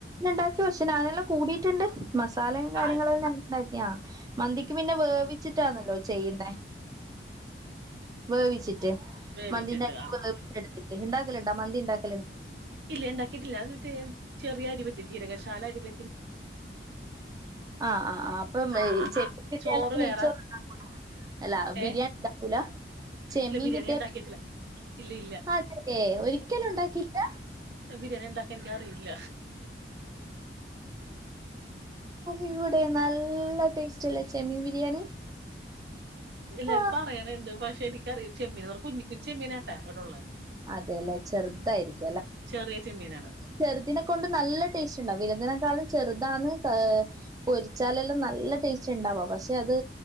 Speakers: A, on the right (about 20°); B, on the right (about 65°).
A: ഉണ്ടാക്കിയ പക്ഷേ ഞാനെല്ലാം കൂടീട്ടുണ്ട് മസാലയും കാര്യങ്ങളെല്ലാം
B: ആ
A: ഉണ്ടാക്കി മന്തി ക്കു പിന്നെ വേവിച്ചിട്ടാണല്ലോ ചെയ്യുന്നെ വേവിച്ചിട്ട് ട്ട്
B: വേവിച്ചിട്ട്
A: മന്തിന്റെ അരി
B: ആ
A: വേവിച്ച്
B: ആ
A: എടു ഉണ്ടാക്കലണ്ട മന്തി ഉണ്ടാക്ക
B: ഇല്ല ഉണ്ടാക്കിയിട്ടില്ല അത് മറ്റേ ചെറിയ അരി പറ്റോ ജീരക റൈസ് കാല അധപ
A: ആ ആ അപ്പം
B: ആ ആ
A: ചെപ്പട്ടളത്തിച്ചോറ്ണ്ട
B: ആ ചോറ് വേറെ
A: അല്ല ബിരിയാണി
B: ഏ
A: ഉണ്ടാക്കൂല ചെമ്മീ
B: ഇല്ല ബിരിയാണി
A: കിട്ടിയാ
B: ഉണ്ടാക്കിയിട്ടില്ല ഇല്ല ഇല്ല
A: അതെ ഒരിക്കലും ഉണ്ടാക്കിയില്ല
B: ബിരിയാണി ഉണ്ടാക്കാൻ എനിക്ക അറിയില്ല
A: ഇവിടെ നല്ല ടേസ്റ്റ്ല്ലേ ചെമ്മീ ബിരിയാണി
B: എല്ലാരും
A: ആ
B: പറയാനുണ്ട് പക്ഷെ എനിക് കറി ചെമ്മീൻ അവ കുഞ്ഞുഞ്ഞി ചെമ്മീനാട്ടാ ഇവിടെള്ളത്
A: അതെല്ലേ ചെറുതായിരിക്കും അല്ല
B: ചെറിയ ചെമ്മീനാണ്
A: ചെറുതിനിനെ കൊണ്ട് നല്ല ടേസ്റ്റ് ഉണ്ടാവും വിലിനേക്കാള ചെറുതാന്ന് പൊരിച്ചാലെല്ലാം നല്ല ടേസ്റ്റ് ഉണ്ടാവാ പക്ഷെ അത്